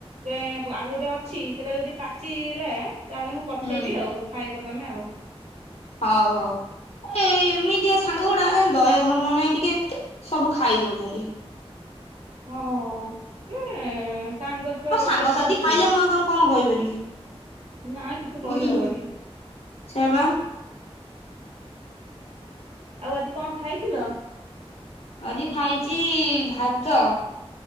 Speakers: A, on the right; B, on the left.
A: ସେ ଆଉ ଗୋଟେ ଅଛି ସେଇଟା ଯଦି ପାଚିଲା ତାହେଲେ ମୁଁ ପଠେଇବି
B: ହୁଁ
A: ଆଉ ଖାଇବ ତମେ ଆଉ।
B: ହଉ ହଉ। ଏ ଏମିତିଆ ସାଙ୍ଗ ଗୁଡା ଦୟା ଧର୍ମ ନାଇଁ ଟିକେ ସବୁ ଖାଇ ଦଉଛନ୍ତି।
A: ହଁ ଏ ସାଙ୍ଗ ଛୁଆ
B: ମୋ
A: ରହିଲେ
B: ସାଙ୍ଗସାଥି
A: ସେମିତି
B: ଖାଇଲେ
A: ହୁଏ
B: ମୁଁ ଆଉ ତାଙ୍କୁ କଣ କହିପାରିବି
A: ନା କିଛି କହିହବନି
B: ବୁଝିଲୁ। ସେୟାଵା।
A: ଆଉ ଆଜି କଣ ଖାଇଥିଲ?
B: ଆଜି ଖାଇଛି ଭାତ